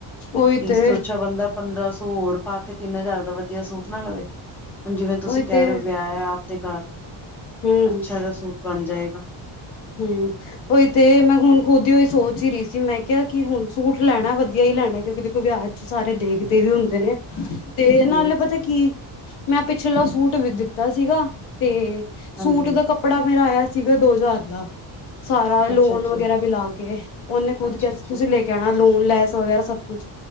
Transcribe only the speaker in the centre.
ਇਸਤੋ ਅੱਛਾ ਬੰਦਾ ਪੰਦਰਾਂ ਸੋ ਹੋਰ ਪਾਕੇ ਤਿੰਨ ਹਜ਼ਾਰ ਦਾ ਵਦੀਆ ਸੂਟ ਨਾ ਲਵੇ। ਹੁਨ ਜਿਵੇਂ ਤੁਸੀਂ
ਕੈਰੇ
ਓ ਵੇਆ ਐ ਆਪਦੇ ਘਾੱਰ
ਅੱਛਾ ਜ਼ਾ ਸੂਟ ਬਨ ਜਾਏਗਾ।
ਉਹੀ
ਤੇ
ਹਾਂਜੀ
ਹ
ਅੱਛਾ ਅੱਛਾ
ਅੱਛਾ
ਅੱਛਾ